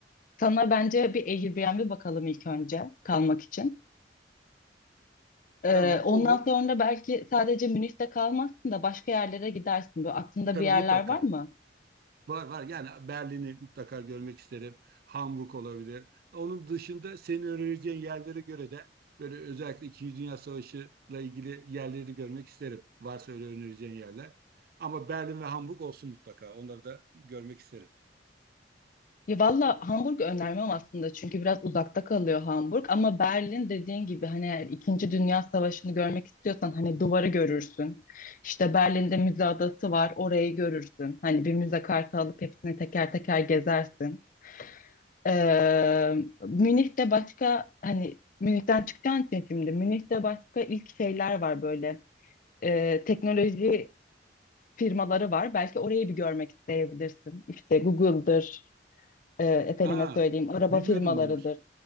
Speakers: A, on the left (about 45°); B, on the right (about 55°).
A: Sana bence bir Airbnb bakalım ilk önce kalmak için. Ee,
B: Tamam
A: ondan
B: olur.
A: sonra belki sadece Münih'te kalmazsın da başka yerlere gidersin. Böyle aklında
B: Tabii
A: bir yerler
B: mutlaka.
A: var mı?
B: Var var yani Berlin'i mutlaka görmek isterim. Hamburg olabilir. Onun dışında senin önereceğin yerlere göre de böyle özellikle İkinci Dünya Savaşı'la ilgili yerleri de görmek isterim. Varsa öyle önereceğin yerler. Ama Berlin ve Hamburg olsun mutlaka. Onları da görmek isterim.
A: Ya valla Hamburg önermem aslında çünkü biraz uzakta kalıyor Hamburg ama Berlin dediğin gibi hani eğer İkinci Dünya Savaşı'nı görmek istiyorsan hani duvarı görürsün. İşte Berlin'de müze adası var orayı görürsün. Hani bir müze kartı alıp hepsini teker teker gezersin. Ee, Münih'te başka hani Münih'ten çıkacaksın sen şimdi Münih'te başka ilk şeyler var böyle Ee, teknoloji firmaları var. Belki orayı bir görmek isteyebilirsin. İşte Google'dır e, efendime
B: Ha,
A: söyleyeyim araba
B: bilmiyordum
A: firmalarıdır.
B: bunu. Musa.